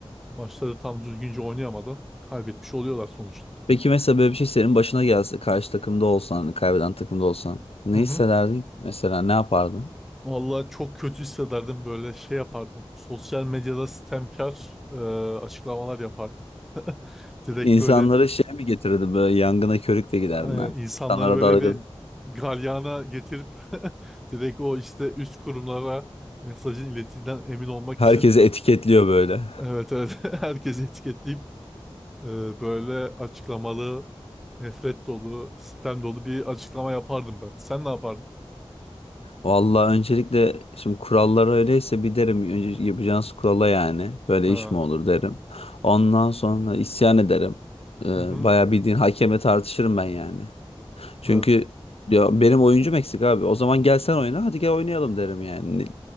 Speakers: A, in the centre; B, on the left.
A: maçları tam düzgünce oynayamadan kaybetmiş oluyorlar sonuçta.
B: Peki mesela böyle bir şey senin başına gelse karşı takımda olsan hani kaybeden takımda olsan ne
A: Hı
B: hissederdin?
A: hı.
B: Mesela ne yapardın?
A: Vallahi çok kötü hissederdim böyle şey yapardım. Sosyal medyada sistemkar e, açıklamalar yapardım. <laughs> Direkt
B: İnsanlara
A: böyle
B: şey mi getirirdin böyle yangına körükle giderdin
A: e,
B: ha?
A: insanları
B: İnsanlara
A: böyle
B: dalgın.
A: bir galyana getirip <laughs> direkt o işte üst kurumlara mesajın iletildiğinden emin olmak
B: Herkesi
A: için
B: etiketliyor böyle.
A: evet evet <laughs> herkesi etiketleyip e, böyle açıklamalı nefret dolu sistem dolu bir açıklama yapardım ben. Sen ne yapardın?
B: Vallahi öncelikle şimdi kurallar öyleyse bir derim önce yapacağınız kurala yani
A: <laughs>
B: böyle
A: Ha.
B: iş mi olur derim. Ondan sonra isyan ederim. Ee,
A: Hı hı.
B: bayağı bildiğin hakemle tartışırım ben yani. Çünkü
A: Evet.
B: ya benim oyuncum eksik abi. O zaman gel sen oyna. Hadi gel oynayalım derim yani. Ne-